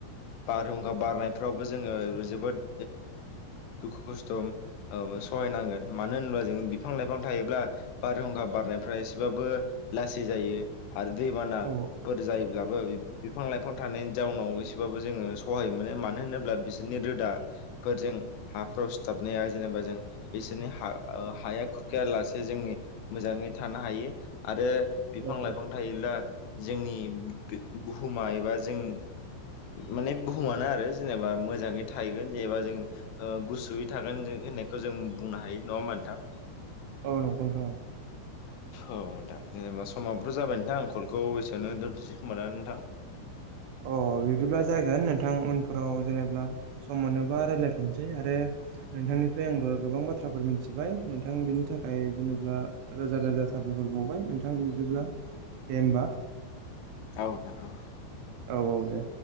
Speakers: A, on the left; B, on the right.
A: बारहुंखा बारनायफ्रावबो जोङो जोबोद दुखु खस्थ' सहायनांगोन मानो होनोब्ला जोंङो बिफां लाइफां थायोब्ला बारहुंखा बारनायफ्रा एसेबाबो लासै जायो आरो दैबानाफोर
B: औ
A: जायोब्ला बिफां लाइफां थानायनि जाउनाव एसेबाबो जोङो सहाय मोनो मानो होनोब्ला बिसोरनि रोदा फोरजों हाफ्राव सिथाबनाया जेनेबा जों बिसोरनि हाया खुरखाया लासे जोंनि मोजाङै थानो हायो आरो बिफां
B: औ
A: लाइफां थायोब्ला जोंनि बुहुमा एबा जों माने बुहुमानो आरो जेनेबा मोजाङै थाहैगोन जेनेबा जों गुसुयै थागोन जों होननाय खौ जों बुंनो हायो नङा होनमा नोंथां।
B: औ नंगौ नोंथां।
A: औ नोंथां जेनेबा समाबोथ' जाबाय नोंथां आ कलखौ एसेबयावनो दोनथ'नोसै खोमा दा नोंथां।
B: <inaudible> अ बिदिब्ला जागोन नोंथां उनफोराव जेनेबा सम मोनोबा राय्लायफिनसै आरो नोंथांनिफ्राय आंबो गोबां बाथ्राफोर मिथिबाय नोंथां बिनि थाखाय जेनेबा रोजा रोजा साबायखर बावबाय नोंथां बिदिब्ला दे होमबा
A: औ नोंथां औ।
B: औ औ दे।